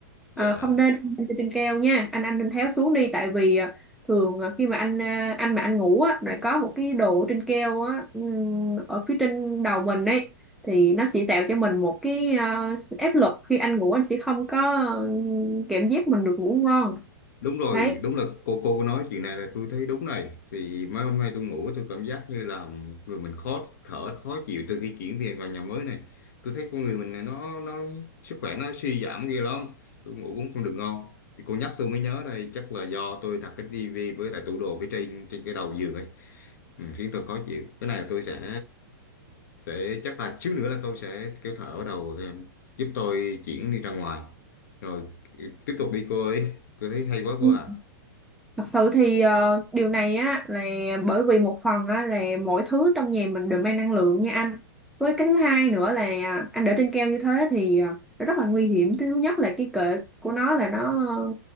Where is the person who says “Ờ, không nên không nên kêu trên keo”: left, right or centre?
Centre